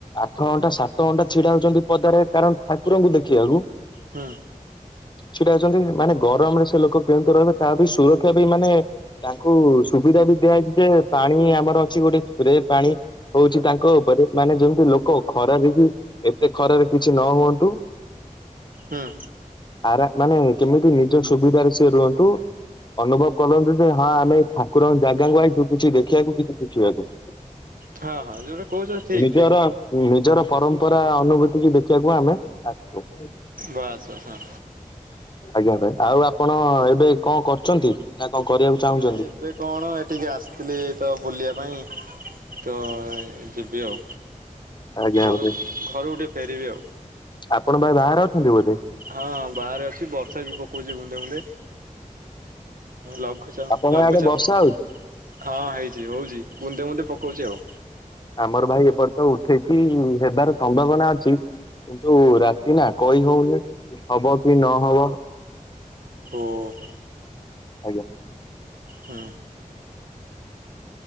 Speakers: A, on the left (about 35°); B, on the right (about 85°).
A: ଆଠ ଘଣ୍ଟା ସାତ ତଣ୍ଟା ଛିଡା ହଉଛନ୍ତି ପଦାରେ କାରଣ ଠାକୁରଙ୍କୁ ଦେଖିଆକୁ।
B: ହଁ
A: ସେଟା ଅଚନ୍ତି ମାନେ ଗରମରେ ସେ ଲୋକ କେମିତି ରହିବେ ତା ବି ସୁରକ୍ଷା ବି ମାନେ ତାଙ୍କୁ ସୁବିଧା ବି ଦିଆହେଇଚି ଯେ ପାଣି ଆମର ଅଛି ଗୋଟେ ପ୍ରେ ପାଣି। ହଉଚି ତାଙ୍କ ଉପରେ ମାନେ ଯେମିତି ଲୋକ ଖରାରେ କି ଏତେ ଖରାରେ କିଛି ନ ହୁଅନ୍ତୁ।
B: ହୁଁ
A: ଆରା ମାନେ କେମିତି ନିଜ ସୁବିଧାରେ ସିଏ ରୁହନ୍ତୁ। ଅନୁଭବ କଲନ୍ତି ଯେ ହଁ ଆମେ ଠାକୁରଙ୍କ ଜାଗାକୁ ଆଇଚୁ କିଛି ଦେଖିବାକୁ କିଛି ଶିଖିବାକୁ।
B: ହଁ ହଁ ଯୋଉଟା କହୁଛ ଠିକ୍
A: ନିଜର
B: ଠିକ୍।
A: ନିଜର ପରମ୍ପରା ଅନୁଭୂତି କି ଦେଖିବାକୁ ଆମେ ଆସିଚୁ।
B: ବାସ୍ ବାସ୍ ହଁ।
A: ଆଜ୍ଞା ଭାଇ। ଆଉ ଆପଣ ଏବେ କଣ କରୁଚନ୍ତି ନା କଣ କରିଆକୁ ଚାହୁଁଚନ୍ତି।
B: ନାଇଁ ଏବେ କଣ ଏ ଟିକେ ଆସିଥିଲି ତ ବୁଲିବା ପାଇଁ ତ- - ଯିବି ଆଉ।
A: ଆଜ୍ଞା
B: ଘରୁ
A: ଭାଇ
B: ଘରୁକୁ ଟିକେଏ ଫେରିବି ଆଉ।
A: ଆପଣ ଭାଇ ବାହାରେ ଅଛନ୍ତି ବୋଧେ।
B: ହଁ ବାହାରେ ଅଛି ବର୍ଷା ବି ପକଉଚି ବୁନ୍ଦେ ବୁନ୍ଦେ। ଲଘୁଚାପ
A: ଆପଣଙ୍କ
B: ଲଘୁଚାପ୍
A: ଆଡେ ବର୍ଷା
B: --
A: ହଉଛି?
B: ହଁ ହେଇଚି ହଉଚି ମୁନ୍ଦେ ମୁୁନ୍ଦେ ପକଉଚି ଆଉ।
A: ଆମର ଭାଇ ଏପର୍ଯ୍ୟ ତ ଉଠେଇଛିି ହେବାର ସମ୍ଭାବନା ଅଛି। କିନ୍ତୁ ରାତି ନା କହି ହଉନି ହବ କି ନହବ?
B: ଓ ହ
A: ଆଜ୍ଞା
B: ହୁଁ।